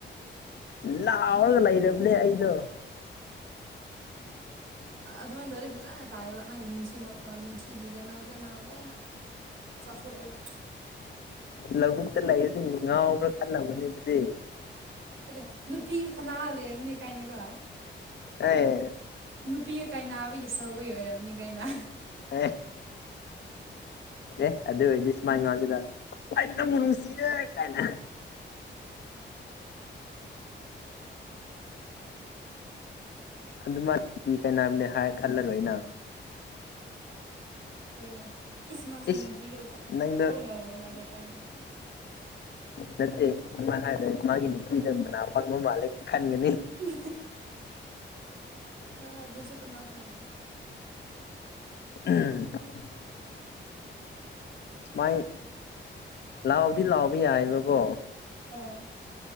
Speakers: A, on the left; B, on the right.
A: ꯂꯥꯎꯔꯒ ꯂꯩꯔꯕꯅꯦ ꯑꯩꯗꯣ
B: ꯑꯗꯨꯃꯥꯏꯅ ꯗꯔꯤ ꯐꯁ ꯐꯖꯅ ꯇꯥꯏꯌꯦꯕ ꯅꯪꯒꯤ ꯅꯨꯡꯁꯤ ꯅꯨꯡꯁꯤꯒꯤ ꯀꯩꯅꯣꯁꯦ ꯅꯪ ꯂꯣꯏꯅ ꯆꯥꯊꯣꯛꯑꯦꯕ
A: ꯂꯧꯕꯨꯛꯇ ꯂꯩꯁꯤꯡ ꯉꯥꯎꯕ꯭ꯔꯥ ꯈꯜꯂꯝꯃꯅꯤ ꯑꯗꯨꯗꯤ
B: ꯑꯗ ꯅꯨꯄꯤꯒ ꯈꯅꯥ ꯂꯩꯔꯝꯅꯤ ꯀꯥꯏꯅꯒꯣ
A: ꯑꯦ
B: ꯅꯨꯄꯤꯒ ꯀꯥꯏ ꯅꯥꯕꯒꯤ ꯁꯧꯕꯒꯤ ꯑꯣꯏꯔꯝꯅꯤ ꯀꯥꯏꯅ
A: ꯑꯦ ꯑꯦ ꯑꯗꯨ ꯑꯣꯏꯗꯤ ꯁꯨꯃꯥꯏꯅ ꯉꯁꯤꯂꯥꯛ ꯑꯩꯩꯅ ꯃꯅꯅꯨꯡꯁꯤ ꯀꯥꯏꯅ ꯑꯗꯨꯃꯥꯏꯅ ꯅꯨ ꯄ ꯀꯩꯅꯝꯅꯦ ꯍꯥꯏ ꯈꯜꯂꯔꯣꯏꯅ
B: ꯍꯣꯏꯅꯦ ꯏꯁ ꯃꯥꯁꯦ
A: ꯏꯁ
B: ꯅꯨꯡꯁꯤꯕꯗ ꯄꯪꯉꯥꯎꯔ
A: ꯅꯪꯗꯣ
B: ꯉꯥꯎꯔ ꯃꯥꯜꯂꯦ ꯀꯥꯏꯅꯒ
A: ꯅꯠꯇꯦ ꯑꯗꯨꯃꯥꯏꯅ ꯍꯥꯏꯔꯣꯏ ꯃꯥꯒꯤ ꯅꯨꯄꯤꯗ ꯃꯅꯥ ꯄꯪꯕ ꯃꯥꯜꯂꯦ ꯈꯟꯒꯅꯤ
B: ꯎ ꯍ ꯑꯗꯨꯁꯨꯦ ꯀꯅꯥ ꯈꯥ
A: ꯎꯝ <unintelligible> ꯁꯨꯃꯥꯏ ꯂꯥꯎꯗꯤ ꯂꯥꯎꯕ ꯌꯥꯏꯑꯕꯀꯣ
B: ꯑꯥ